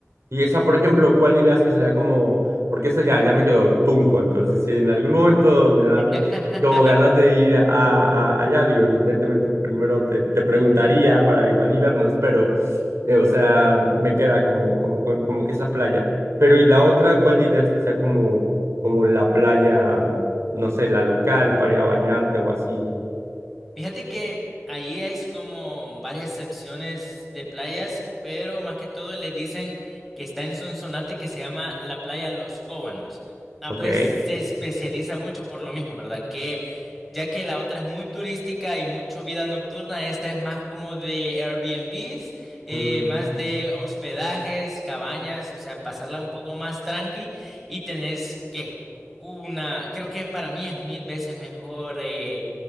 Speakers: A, on the right; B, in the centre.
A: Y esa, por ejemplo, ¿cuál dirás que será como, porque esa ya, ya me quedó tunco, entonces si en algún momento me dan
B: <laughs>
A: como ganas de ir a, a- a- allá, digo, evidentemente primero te, te preguntaría para igual y vernos, pero, eh, o sea, me queda como, como, como que esa playa. Pero y la otra, ¿cuál dirías que sea como, como la playa, no sé, la local para ir a bañarte o así?
B: Fíjate que ahí es como varias secciones de playas, pero más que todo le dicen que está en Sonsonate que se llama la playa Los Cóbanos. Ah,
A: Ok.
B: pues se especializa mucho por lo mismo, ¿verdad? Que ya que la otra es muy turística y mucho vida nocturna, esta es más como de Airbnbs, eh,
A: Mm.
B: más de hospedajes, cabañas, o sea, pasarla un poco más tranqui y tenés que una, creo que para mí es mil veces mejor. eh,